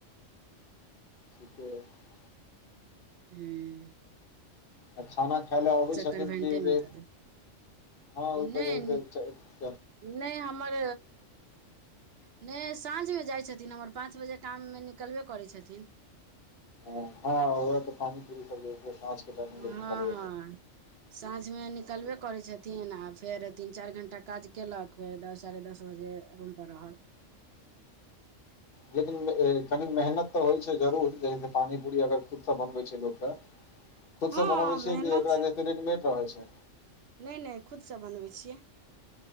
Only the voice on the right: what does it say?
हूं
कन्वेन्टेमे
दऽ देब
नहि
नहि हमर नहि साँझ मे जाइ छथिन हमर पाँच बजे काम मे निकलबे करै छथिन
हँ
हँ साँझमे निकलबे करै छथिन आ फेर तीन चारि घण्टा काज केलक फेर दस साढ़े दस बजे रूम पर रहल
हँ
मेहनत
नहि नहि खुदसँ बनबै छियै